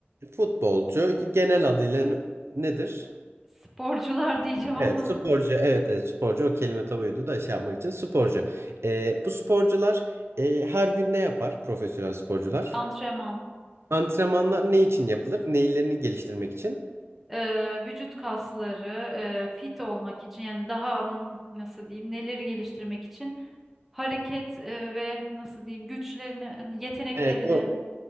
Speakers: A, on the right; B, in the centre.
A: Futbolcu genel adıyla n- nedir?
B: Sporcular diyeceğim ama.
A: Evet, sporcu. Evet, evet, sporcu. O kelime tabuydu da şey yapmak için sporcu. Ee, bu sporcular e, her gün ne yapar? Profesyonel sporcular.
B: Antrenman.
A: Antrenmanlar ne için yapılır? Neylerini geliştirmek için.
B: Ee, vücut kasları e, fit olmak için yani daha hmm, nasıl diyeyim neleri geliştirmek için hareket e, ve nasıl diyeyim güçlerini, hani yeteneklerini.
A: Evet, bu